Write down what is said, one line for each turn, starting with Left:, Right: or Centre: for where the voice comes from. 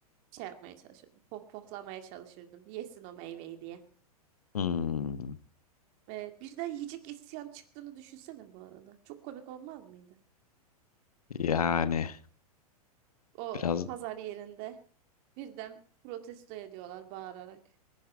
Right: şey yapmaya çalışırdım. Pohpohlamaya çalışırdım. Yesin o meyveyi diye.
Left: Hmm,
Right: Evet, birden yiyecek isyan çıktığını düşünsene bu arada. Çok komik olmaz mıydı?
Left: yani
Right: O
Left: biraz
Right: pazar yerinde birden protesto ediyorlar bağırarak.